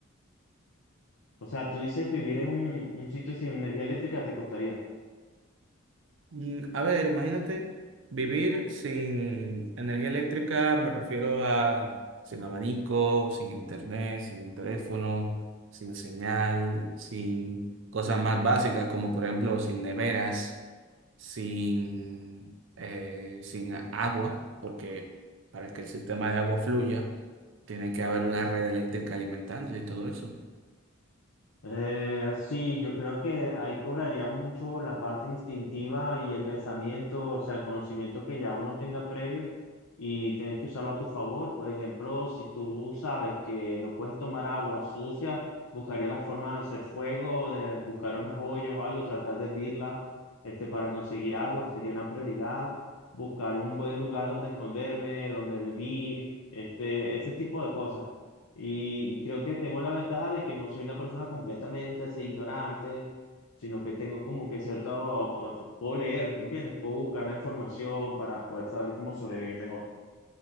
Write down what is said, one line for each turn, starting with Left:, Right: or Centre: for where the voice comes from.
Left: O sea, tú dices vivir en un, un sitio sin energía eléctrica te costaría.
Right: Mm, a ver, imagínate vivir sin energía eléctrica, me refiero a sin abanico, sin internet, sin teléfono, sin señal, sin cosas más básicas, como por ejemplo sin neveras. sin, eh, sin a- agua, porque para que el sistema de agua fluya, tiene que haber una red eléctrica alimentándole y todo eso.
Left: Eh, sí, yo creo que ahí cobraría mucho la parte instintiva y el pensamiento, o sea, el conocimiento que ya uno tenga previo y tienes que usarlo a tu favor. Por ejemplo, si tú sabes que no puedes tomar agua sucia, buscaría la forma de hacer fuego, de buscar unas ollas o algo, tratar de hervirla, este, para conseguir agua sería una prioridad. Buscar un buen lugar donde esconderme, donde vivir, este, ese tipo de cosas. Y, y creo que tengo la ventaja de que no soy una persona completamente así ignorante, sino que tengo como que cierto, o- o- puedo leer, ¿me ¿entiendes? Puedo buscar la información para poder saber cómo sobrevivir mejor.